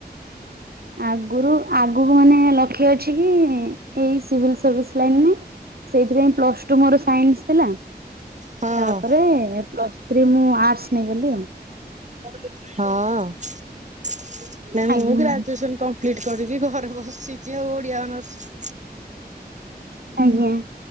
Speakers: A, on the right; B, on the right.
A: ଆଗରୁ ଆଗକୁ ମାନେ ଲକ୍ଷ୍ୟ ଅଛି କି ଏଇ ସିଭିଲ୍ ସର୍ଭିସ ଲାଇନ୍ ରେ। ସେଇଥିପାଇଁ ପ୍ଲସ୍ ଟୁ ମୋର ସାଇନ୍ସ ଥିଲା
B: ହଁ
A: ତାପରେ ପ୍ଲସ୍ ଥ୍ରୀ ମୁଁ ଆର୍ଟସ୍ ନେଇଗଲି ଆଉ।
B: ହଁ। ନାଇଁ ମୁଁ
A: ଆଜ୍ଞା
B: ଗ୍ରାଜୁଏସନ କମ୍ପ୍ଲିଟ୍ କରିକି ଘରେ ବସିଛି ଆଉ ଓଡିଆ ଅନର୍ସ।
A: ଆଜ୍ଞା।